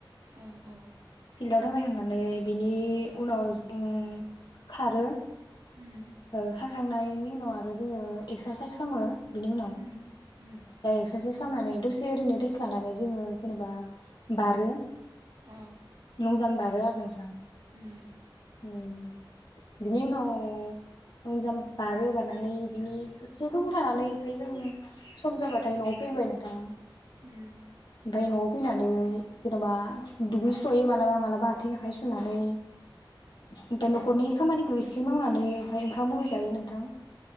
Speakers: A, on the right; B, on the left.
A: औ औ
B: फिल्डआव थाबायखांनानै बिनि उनाव जों खारो।
A: ओम
B: ओ खारखांनायनि उनाव आरो जोङो एक्सारसाइस खामो। बिनि उनाव
A: उम उम
B: एक्सारसाइस खामनानै दसे ओरैनो रेस्ट लानानै जोङो जेनेबा बारो।
A: औ
B: लंजामबारो आरो नोंथां
A: उम ओमफ्राय
B: ओम बिनि उनाव लंजाम बारो बारनानै बिनि एसे गोबाव थानानै ओमफ्राय जों सम जाबाथाय न'आव फैबाय नोंथां।
A: ओम
B: ओमफाय न'आव फैनानै जेन'बा दुगै <unintelligible> मालाबा मालाबा आथिं आखाइ सुनानै ओमफाय न'खरनि खामानिखौ इसे मावनानै ओमफाय ओंखाम आरि जायो नोंथां